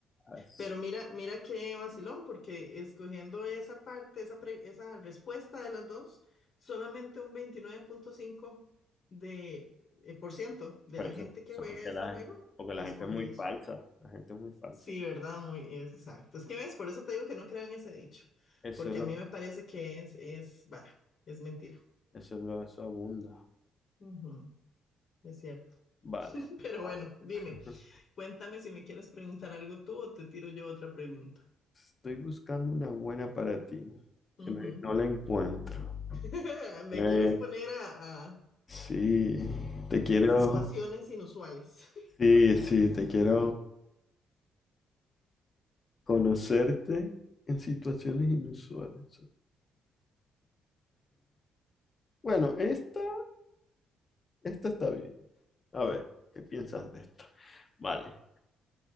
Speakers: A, on the left; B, on the left.
A: as-
B: Pero mira, mira qué vacilón, porque escogiendo esa parte, esa, pre- esa respuesta de las dos, solamente un veintinueve punto cinco de, eh, por ciento de
A: pero
B: la
A: eso,
B: gente que
A: eso
B: juega
A: porque
B: este
A: la
B: juego
A: gente, porque la
B: escoge
A: gente es muy
B: eso.
A: falsa, la gente es muy falsa.
B: Sí, ¿verdad? Muy exacto. Es que ves, por eso te digo que no creo en ese dicho,
A: Eso
B: porque
A: es lo,
B: a mí me parece que es, es vara, es mentira.
A: eso es lo, eso abunda.
B: Ujú, es cierto. <laughs>
A: Vale.
B: Pero
A: A
B: bueno,
A: ver.
B: dime,
A: <laughs>
B: cuéntame si me quieres preguntar algo tú o te tiro yo otra pregunta.
A: Estoy buscando una buena para ti, que
B: Ujú.
A: no, no la encuentro.
B: <laughs> ¿Me
A: Eh,
B: quieres poner a,
A: sí, te quiero,
B: en situaciones inusuales.
A: sí, sí, te quiero conocerte en situaciones inusuales. Bueno, esta, esta está bien. A ver, ¿qué piensas de esto? Vale,